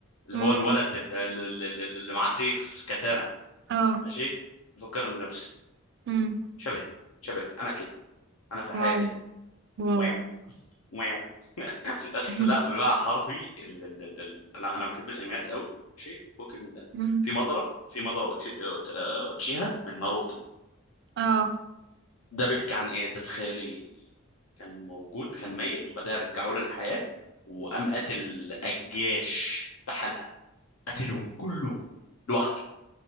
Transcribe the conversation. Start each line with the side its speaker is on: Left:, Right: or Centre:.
Left: اللي
Right: امم
Left: هو الولد ال- ال- ال- ال- اللي معاه سيف كاتانا
Right: اه
Left: ماشي بفكرني بنفسي
Right: امم
Left: شبهي شبهي انا كده انا في الحياة
Right: واو
Left: كده
Right: واو
Left: واو واو <laughs> بس
Right: <laughs>
Left: لا بالمعنى حرفي ال... ال... ال... ال... انا انا بحب الانميات قوي شيء فوق من ده
Right: امم
Left: في مضرة في مضرة أوتشي... أوت- آه، اوتشيها من ناروتو
Right: اه
Left: ده بيحكي عن ايه ده تخيلي كان موجود كان ميت وبعدها رجعوه للحياة وقام قتل الجيش بحالها قتلهم كلهم لوحده